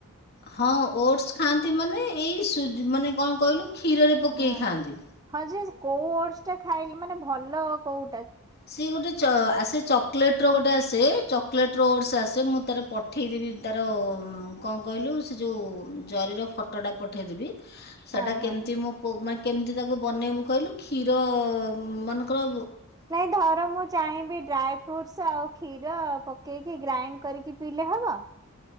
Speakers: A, on the left; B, on the right.
A: ହଁ ଓଟସ ଖାଆନ୍ତି ମାନେ ଏଇ ସୁପ ମାନେ କଣ କହିଲୁ କ୍ଷୀରରେ ପକେଇ
B: ହଁ
A: ଖାଆନ୍ତି।
B: ହଁ ଯେ କୋଉ ଓଡସ ଟା ଖାଇଲେ ମାନେ ଭଲ କୋଉ
A: ସି ଗୋଟେ ଚ ଆସେ ଚକ୍ ଲେଟ୍ ର ଗୋଟେ ଆସେ ଚକ ଲେଟ୍ ର ଓଡଶ୍ ଆସେ। ମୁଁ ତାର ପଠେଇଦବି। ତାର କଣ କହିଲୁ ସେ ଜଉ ଜରିର ଫଟଟା ପଠେଇଦେବି। ସେଟା
B: ହଁ
A: କେମିତି
B: ହଁ।
A: ମୁଁ ପୁଅମାନ୍ କେମିତି ତାକୁ ବନେଇବୁ କହିଲୁ କ୍ଷୀର ମାନେକର
B: ନାଇଁ ଧର ମୁଁ ଚାହିଁବି। ଡ୍ରାଏ ଫ୍ରୁଟଶ୍ ଆଉ କ୍ଷୀର ପକେଇକି, ଗ୍ରାଇଣ୍ଡ କରିକି ପିଇଲେ ହବ?